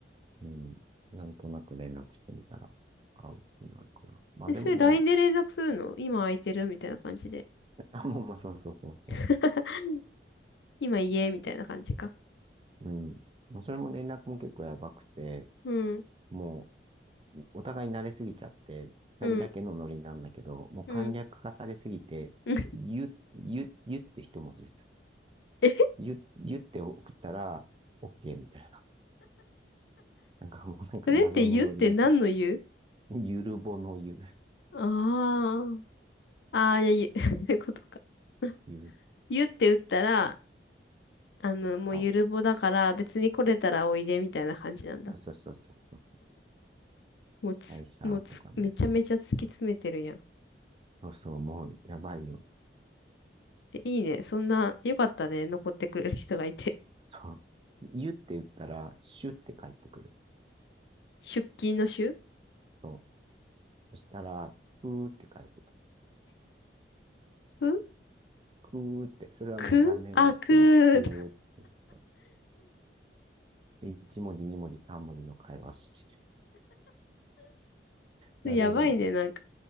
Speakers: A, on the right; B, on the left.
A: うん、なんとなく連絡してみたら合うっていうのあるから。まあでももう、
B: え、それ LINE で連絡するの今空いてるみたいな感じで。
A: <laughs> あ、もうまあそうそうそうそ
B: <laughs> 今家みたいな感じか。
A: う。うん。もうそれも連絡も結構やばくて、
B: うん、
A: もうお互い慣れすぎちゃって、二人だけのノリなんだけど、
B: うん、
A: もう簡略化されすぎて、
B: うん。うん <laughs>
A: ゆ、ゆ、ゆって一文字打つ。
B: え、
A: ゆ、ゆって送ったら、OK みたいな。なんかもうなんか謎のノリになってきて
B: それって言って何の言う
A: <laughs> ゆるぼのゆ、
B: ああ、ああー、いや、言う <laughs> そことか。<laughs>
A: <laughs> ゆる
B: 言って打ったら、あの、もうゆるぼだから別に来れたらおいでみたいな感じなんだ。
A: はい。そうそうそうそうそう。
B: もうつ、
A: 会社とかね。
B: もうつ、めちゃめちゃ突き詰めてるやん。
A: そうそう、もうやばいよ。
B: で、いいね。そんな、よかったね。残ってくれる人がいて。
A: そう。ゆって言ったら、シュって返ってくる。
B: <laughs> 出勤の週
A: そう。そしたら、くーって返す。
B: ふ
A: くーって、それはもう残念がってる。
B: くあ、く
A: くーって。そうで一文字、二文字、三文字の会話をしてる。
B: <laughs>
A: 謎だよね。
B: やばいね、なんか。